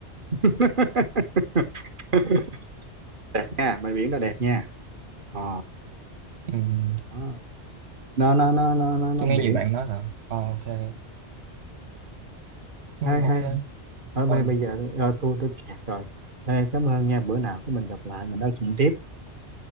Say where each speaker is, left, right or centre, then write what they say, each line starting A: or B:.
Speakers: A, on the right (about 50°); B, on the right (about 70°).
A: <laughs> <laughs> đẹp nha bãi biển đó đẹp nha ờ
B: ừm.
A: đó. nó nó nó nó nó nó
B: tôi
A: biển
B: nghe nhiều bạn nói là ờ, ok Ừm,
A: hay hay
B: ok
A: thôi bây
B: rồi
A: bây giờ ờ, tôi tôi kẹt rồi Ê, cảm ơn nha bữa nào cái mình gặp lại mình nói chuyện tiếp